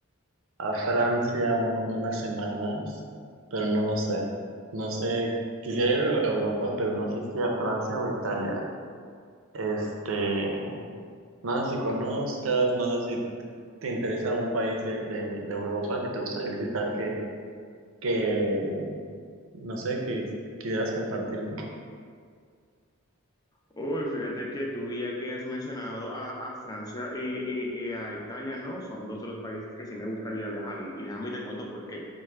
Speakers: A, on the right (about 65°); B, on the left (about 15°).
A: a Francia uno- unas semanas, pero no lo sé. No sé, quisiera ir a Europa, pero no sé si a Francia o Italia. Este, no sé si conozcas, no sé si te interesa algún país de, de, de Europa que te gustaría visitar que, que, no sé, que quisieras compartirme.
B: Uy, fíjate que tú ya que has mencionado a, a Francia y, y- y a Italia, ¿no? Son dos de los países que sí me gustaría viajar y, y déjame te cuento por qué.